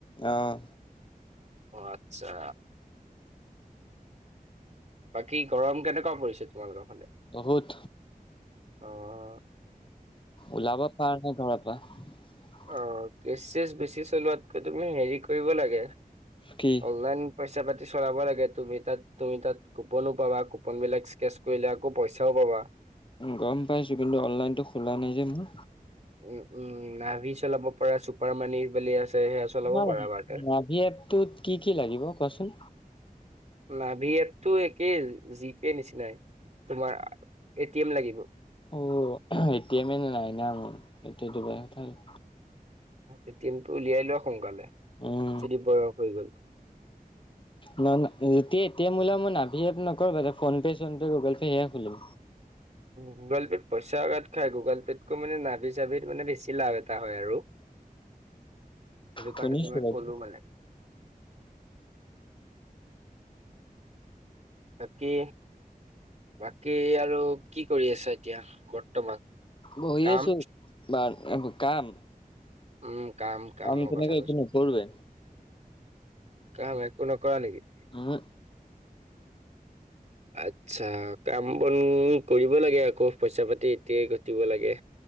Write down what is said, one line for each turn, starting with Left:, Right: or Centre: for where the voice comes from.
Left: আহ
Right: অ আচ্ছা বাকী গৰম কেনেকুৱা পৰিছে তোমালোকৰ ফালে
Left: বহুত
Right: আহ
Left: ওলাব পাওঁ নহয় ঘৰৰ পৰা <unintelligible>
Right: অ কেচ চেচ বেছি চলোৱাতকৈ তুমি হেৰি কৰিব লাগে
Left: কি
Right: অনলাইন পইচা পাতি চলাব লাগে তুমি তাত তুমি তাত কুপনো পাবা কুপন বিলাক স্কেচ কৰিলে আকৌ পইচাও পাবা
Left: গম পাইছোঁ কিন্তু অনলাইনটো খোলা নাই যে মোৰ
Right: উম উম নাভি চলাব পৰা চুপাৰ মানি বনি আছে <unintelligible> চলাব
Left: অ
Right: পাৰা বাৰটাৰ।
Left: নাভি এপটোত কি কি লাগিব কোৱাচোন
Right: নাভি এপটো একেই জিপে নিচিনাই তোমাৰ এটি এম লাগিব
Left: অ এতিয়া মানে নাই না মোৰ এতিয়াতো বেং ক <unintelligible>
Right: এ টি এম টো উলিয়াই লোৱা সোনকালে
Left: উম
Right: যদি বয়স হৈ গ'ল।
Left: ন ন এতিয়াই এটি এম উলাবি না <unintelligible> ভি এফ নকৰোঁ বেলেগ ফোনপে' চোনপে' গুগল পে' সেয়ে খুলিম।
Right: গুগল পে'ত পইচা উলোৱাত কে গুগল পে' তকো মানে নাভাবি চাভিত মানে বেছি লাভ তা হয় আৰু সেইটো
Left: শুনিছো
Right: কাৰণে মই
Left: বাৰু
Right: কলো মানে <inaudible> বাকী বাকী আৰু কি কৰি আছা এতিয়া বৰ্তমান
Left: বহি
Right: কাম
Left: আছো বা কাম
Right: উম, কাম কামৰ
Left: আমি তেনেকে
Right: কথা কৈছো
Left: একো নকৰোৱে।
Right: কাম একো নকৰা নেকি?
Left: উহু
Right: আত্চ্ছা কাম বন কৰিব লাগে আকৌ পইচা পাতি এতিয়াই ঘটিব লাগে।